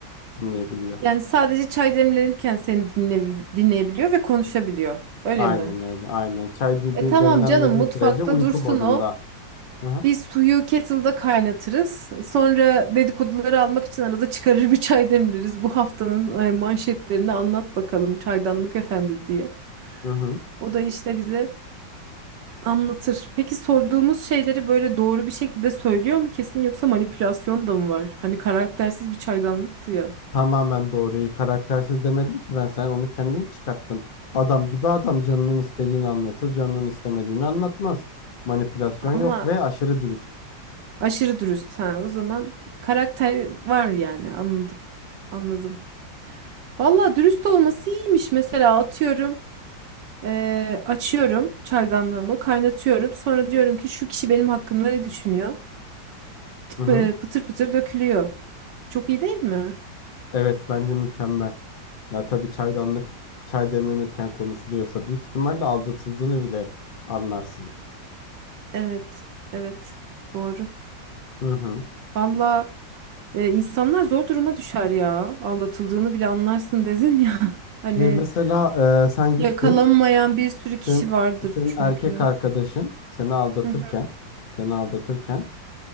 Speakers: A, on the left; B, on the right.
A: dinleyebiliyor.
B: Yani sadece çay demlenirken seni dinle, dinleyebiliyor ve konuşabiliyor. Öyle
A: Aynen
B: mi?
A: öyle. Aynen. Çay de-
B: E
A: de-
B: tamam
A: demlenmediği
B: canım mutfakta
A: sürece uyku
B: dursun
A: modunda.
B: o.
A: Aha,
B: Biz suyu kettle'da kaynatırız. Sonra dedikoduları almak için arada çıkarır bir çay demleriz. Bu haftanın e, manşetlerini anlat bakalım çaydanlık efendi diye.
A: hı hı. hı.
B: O da işte bize Anlatır. Peki sorduğumuz şeyleri böyle doğru bir şekilde söylüyor mu kesin yoksa manipülasyon da mı var? Hani karaktersiz bir çaydanlıktı ya.
A: Tamamen doğruyu karaktersiz demedim ki ben. Sen onu kendin çıkarttın. Adam gibi adam canının istediğini anlatır, canının istemediğini anlatmaz. Manipülasyon yok
B: Ama
A: ve aşırı dürüst.
B: aşırı dürüst ha. O zaman karakter var yani. Anladım. Anladım. Valla dürüst olması iyiymiş. Mesela atıyorum eee, açıyorum çaydanlığımı kaynatıyorum. Sonra diyorum ki şu kişi benim hakkımda ne düşünüyor? Tıp-
A: Hı hı.
B: e, pıtır pıtır dökülüyor. Çok iyi değil mi?
A: Evet bence mükemmel. Ya tabii çaydanlık çay demlenirken konuşuluyorsa büyük ihtimalle aldatıldığını bile anlarsın.
B: Evet. Evet. Doğru.
A: Hı hı.
B: Valla e, insanlar zor duruma düşer ya. Aldatıldığını bile anlarsın dedin ya. <laughs> Hani
A: Ya mesela e, sen gittin.
B: yakalanmayan bir sürü kişi
A: Sen,
B: vardır
A: senin
B: çünkü.
A: erkek arkadaşın seni aldatırken
B: Hı hı.
A: seni aldatırken